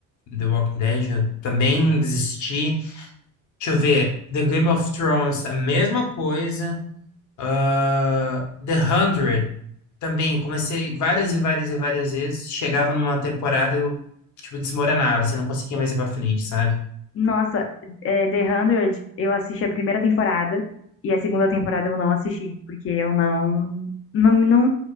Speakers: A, on the left; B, on the left.
A: The Walking Dead, eu também desisti. Deixa eu ver. The Game of Thrones, a mesma coisa. Ah, The Hundred também, comecei várias e várias e várias vezes. Chegava numa temporada, eu, tipo, desmoronava, assim, não conseguia mais ir pra frente, sabe?
B: Nossa, é, The 100, eu assisti a primeira temporada e a segunda temporada eu não assisti, porque eu não, não, não,